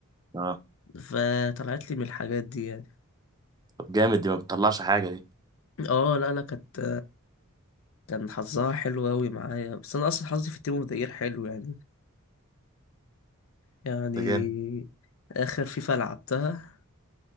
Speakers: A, on the right; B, on the left.
A: اه
B: فطلعت لي من الحاجات دي يعني
A: طب جامد دي ما بتطلعش حاجه دي
B: اه لا لا كانت كان حظها حلو اوي معايا بس انا اصلا حظي في التيم اوف ذا يير حلو يعني يعني
A: ده جامد
B: اخر فيفا لعبتها